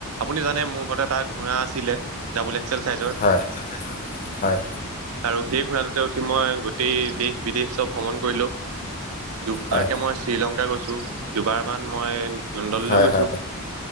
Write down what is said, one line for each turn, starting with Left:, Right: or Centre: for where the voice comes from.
Right: আপুনি জানে মোৰ লগত এটা ঘোঁৰা আছিলে ডাবল এক্সেল চাইজৰ।
Left: হয় হয়
Right: আৰু সেই ঘোঁৰাটোতে উঠি মই গোটেই দেশ বিদেশ চব ভ্ৰমণ কৰিলোঁ। দুবাৰকে
Left: হয়
Right: মই শ্ৰীলংকা গৈছো দুবাৰমান মই লণ্ডনলৈও
Left: হয়
Right: গৈছো।
Left: হয়